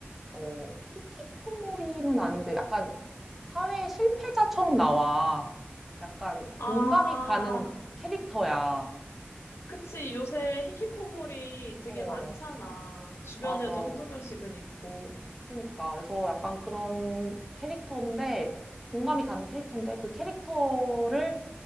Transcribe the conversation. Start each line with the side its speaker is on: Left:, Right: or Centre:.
Centre: 어 히키코모리는 아닌데 약간 사회 실패자처럼 나와. 약간
Left: 아,
Centre: 공감이 가는 캐릭터야.
Left: 그치. 요새 히키코모리 되게
Centre: 어.
Left: 많잖아. 주변에도
Centre: 맞아.
Left: 한두 명씩은 있고,
Centre: 그니까. 그래서 약간 그런 캐릭터인데, 공감이 가는 캐릭터인데, 그 캐릭터를,